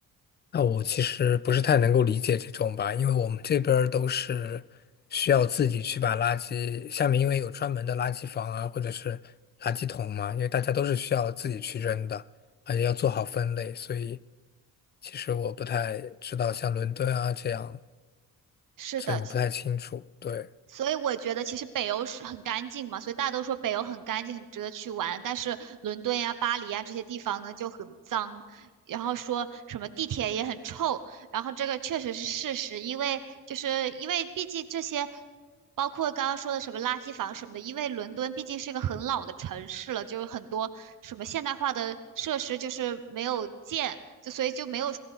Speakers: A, on the left; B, on the right.
A: 那我其实不是太能够理解这种吧，因为我们这边儿都是需要自己去把垃圾，下面因为有专门的垃圾房啊，或者是垃圾桶嘛，因为大家都是需要自己去扔的，而且要做好分类，所以其实我不太知道像伦敦啊这样，
B: 是的，
A: 所以我不太清楚。对，
B: 所以我觉得其实北欧是很干净嘛，所以大家都说北欧很干净，很值得去玩。但是伦敦呀、巴黎呀这些地方呢就很脏，然后说什么地铁也很臭，然后这个确实是事实，因为就是因为毕竟这些，包括刚刚说的什么垃圾房什么的，因为伦敦毕竟是一个很老的城市了，就是很多什么现代化的设施就是没有建，就所以就没有